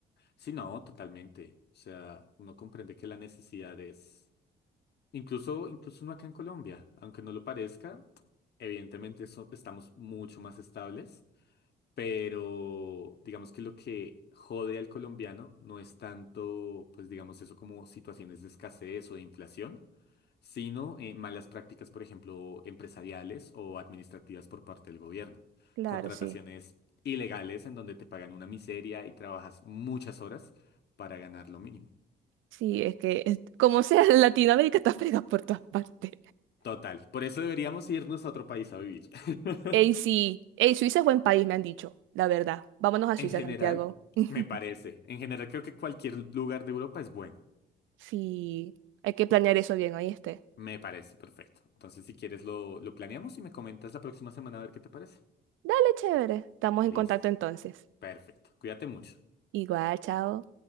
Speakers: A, on the left; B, on the right.
A: Sí, no, totalmente. O sea, uno comprende que la necesidad es, incluso, incluso uno acá en Colombia, aunque no lo parezca, evidentemente eso- estamos mucho más estables, pero digamos que lo que jode al colombiano no es tanto, pues digamos eso como situaciones de escasez o de inflación, sino eh, malas prácticas, por ejemplo, empresariales o administrativas por parte del gobierno.
B: Claro,
A: Contrataciones
B: sí,
A: ilegales en donde te pagan una miseria y trabajas muchas horas para ganar lo mínimo.
B: sí, es que es- como sea, <laughs> Latinoamérica está fregada por todas partes.
A: Total, por eso deberíamos irnos a otro país a vivir. <laughs>
B: Ey, sí. Ey, Suiza es buen país, me han dicho, la verdad. Vámonos a Suiza,
A: En general,
B: Santiago. <laughs>
A: me parece. En general, creo que cualquier lugar de Europa es bueno.
B: Sí, hay que planear eso bien, ¿oíste?
A: Me parece perfecto. Entonces, si quieres, lo, lo planeamos y me comentas la próxima semana a ver qué te parece.
B: Dale, chévere. Estamos
A: Listo.
B: en contacto entonces.
A: Perfecto. Cuídate mucho.
B: Igual, chao.